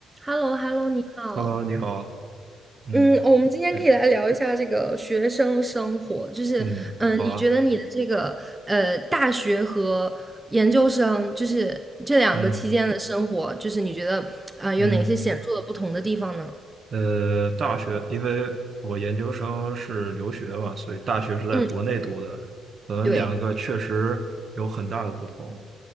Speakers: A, on the right; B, on the right.
A: h e l l o h e l l o 你好。
B: Hello，Hello，你好啊，嗯，
A: 嗯，哦我们今天可以来聊一下这个学生生活，
B: 嗯，
A: 就是，
B: 嗯，
A: 嗯，
B: 好啊，
A: 你觉得你的这个呃大学和研究生，就是这两个期间的生活，
B: 嗯
A: 就是你觉得啊、呃有哪些显著的不同的地方呢？
B: 嗯，呃，大学，因为我研究生是留学嘛，所以大学是在国内读的，
A: 嗯，
B: 可能两个确实有很大的不同。
A: 对